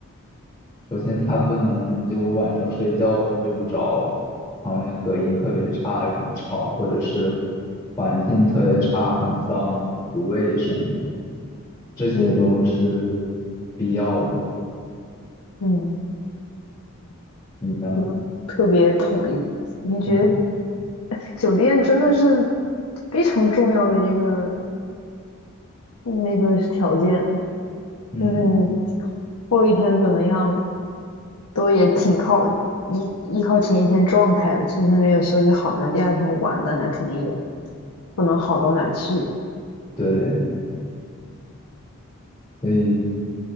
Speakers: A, on the left; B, on the left.
A: 首先它不能就我晚上睡觉睡不着，旁边隔音特别差，有人吵，或者是环境特别差，很脏，不卫生，这些都是
B: 嗯
A: 必要的。
B: 嗯，
A: 你呢？
B: 我特别同意。你觉得
A: 嗯
B: 酒店真的是非常重要的一个那个条件，
A: 嗯，
B: 就是你后一天怎么样，都也挺靠依依靠前一天状态的。前一天没有休息好呢，第二天玩的那肯定也。不能好到哪去
A: 对，所以